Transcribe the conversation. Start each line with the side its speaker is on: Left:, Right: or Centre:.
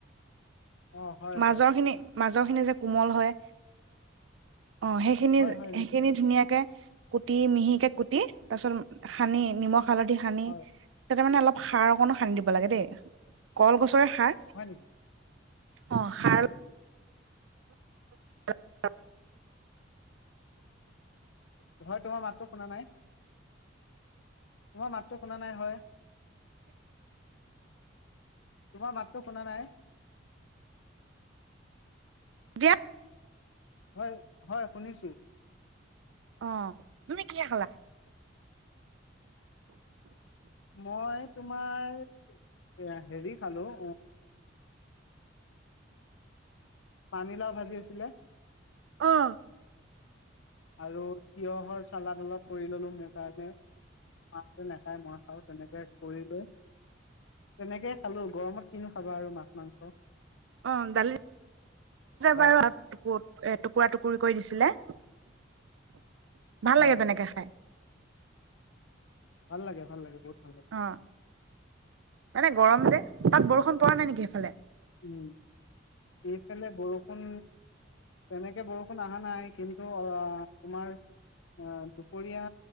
Left: অ হয়
Right: মাজৰখিনি
Left: হয়
Right: মাজ জৰখিনি যে কোমল হয়। অহ, সেইখিনি,
Left: হয় হয়
Right: সেইখিনি
Left: নিশ্চয়
Right: ধুনীয়াকে কুটি মিহিকে কুটি তাৰ পিছত সানি নিমখ হালধি সানি
Left: হয়
Right: তাতে মানে অলপ সাৰ অকণো সানি দিব লাগে দেই। কলগছৰে সাৰ
Left: হয় নেকি
Right: অ', সাৰ অ'।
Left: হয় তোমাৰ মাতটো শুনা নাই। মই মাতটো শুনা নাই হয়। তোমাৰ মাতটো শুনা নাই।
Right: এতিয়া
Left: হয়, হয় শুনিছো।
Right: অহ, তুমি কিহে খালা?
Left: মই তোমাৰ এ হেৰি খালোঁ অ'। পানীলাও ভাজি আছিলে।
Right: অহ।
Left: আৰু তিয়হৰ চালাদ অলপ কৰি ল'লো মোৰ কাৰণে মাহটো নেখায় মই খাওঁ তেনেকে কৰি লৈ তেনেকে খালো গৰমত কিনো খাবা আৰু মাছ মাংস।
Right: অ', দালি
Left: হয়
Right: বাৰু এ টুকুৰা টুকুৰি কৰি দিছিলে। ভাল
Left: হয়
Right: লাগে তেনেকে খাই।
Left: ভাল লাগে, ভাল লাগে, বহুত ভাল লাগে
Right: অ', মানে গৰম যে। তাক বৰষুণ পৰা নাই নেকি ইফালে?
Left: উম। এইফালে বৰষুণ তেনেকে বৰষুণ অহা নাই কিন্তু অহ, তোমাৰ দুপৰীয়া